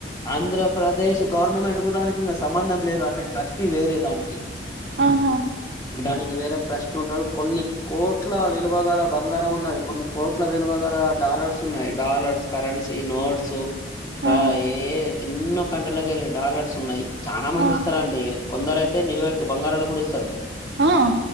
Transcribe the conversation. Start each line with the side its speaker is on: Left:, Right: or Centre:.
Left: ఆంధ్రప్రదేశ్ గవర్నమెంట్ కు దానికి ఇగ సంబంధం లేదు అంటే ట్రస్టీ వేరే దానికి
Right: ఆహా
Left: దానికి వేరే ట్రస్ట్ ఉంటారు కొన్ని కోట్ల విలువగల బంగారం ఉన్నది కొన్ని కోట్ల విలువగల డాలర్స్ ఉన్నాయి డాలర్స్ కరెన్సీ నోట్స్ ర
Right: ఆ
Left: ఎన్నో కన్ కెళ్ళి డాలర్స్ ఉన్నాయి చానా మంది
Right: ఆ
Left: ఇస్తారండి. కొందరు ఐతే నిలువెత్తు బంగారాలు కూడా ఇస్తారు.
Right: ఆ